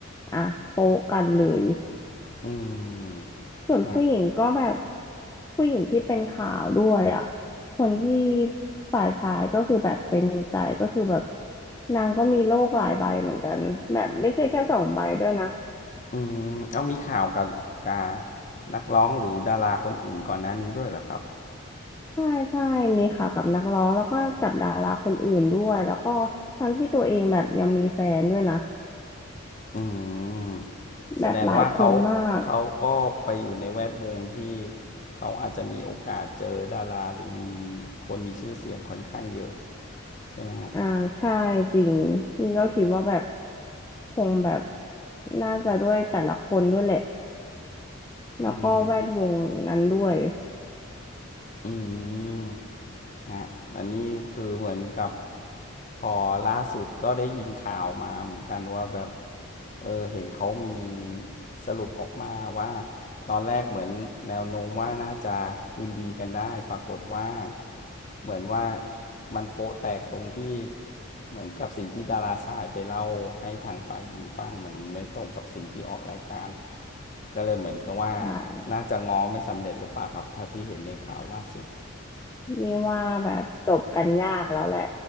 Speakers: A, on the left; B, on the left.
A: อ่ะโป๊ะกันเลย
B: อืม
A: ส่วนผู้หญิงก็แบบ
B: ฮะ
A: ผู้หญิงที่เป็นข่าวด้วยอ่ะคนที่ฝ่ายชายก็คือแบบไปมีใจก็คือแบบนางก็มีโรคหลายใบเหมือนกันแบบไม่ใช่แค่สองใบด้วยนะ
B: อืมเอามีข่าวกับกานักร้องหรือดาราคนอื่นก่อนหน้านี้ด้วยเหรอครับ
A: ใช่ใช่มีข่าวกับนักร้องแล้วก็กับดาราคนอื่นด้วยแล้วก็ทั้งที่ตัวเองแบบยังมีแฟนด้วยนะ
B: อืมแสดงว่าเขา
A: แบบหลายคนมาก
B: เขาก็ไปอยู่ในแวดวงที่เขาอาจจะมีโอกาสเจอดาราหรือมีคนมีชื่อเสียงค่อนข้างเยอะใช่ไหมฮะ
A: อ่าใช่จริงนี่ก็คิดว่าแบบคงแบบน่าจะด้วยแต่ละคนด้วยแหละแล้วก็แวดวงนั้นด้วย
B: อืมอืมฮะอันนี้คือเหมือนกับพอล่าสุดก็ได้ยินข่าวมาเหมือนกันว่าแบบ เออเห็นเขามีสรุปออกมาว่าตอนแรกเหมือนแนวโน้มว่าน่าจะคืนดีกันได้ปรากฏว่าเหมือนว่ามันโปะแตกตรงที่เหมือนกับสิ่งที่ดาราชายไปเล่าให้ทางฝ่ายหญิงฟังมันไม่ตรงกับสิ่งที่ออกรายการก็เลยเหมือนกับว่า
A: ใช่
B: น่าจะง้อไม่สำเร็จหรือเปล่าครับถ้าที่เห็นในข่าวล่าสุด
A: นี่ว่าแบบจบกันยากแล้วแหละ